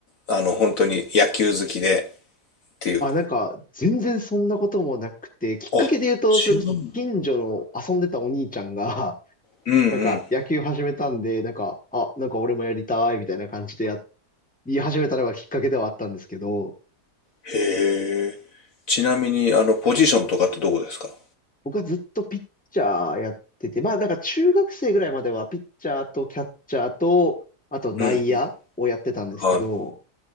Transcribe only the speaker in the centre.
あ、なんか、全然そんなこともなくて、きっかけで言うと、
それこそ近所の遊んでたお兄ちゃんが、<laughs>
なんか野球始めたんで、なんか、あ、なんか俺もやりたいみたいな感じでや、言い始めたのがきっかけではあったんですけど、
僕はずっとピッチャーやってて、まあなんか中学生ぐらいまではピッチャーとキャッチャーと、あと内野をやってたんですけど、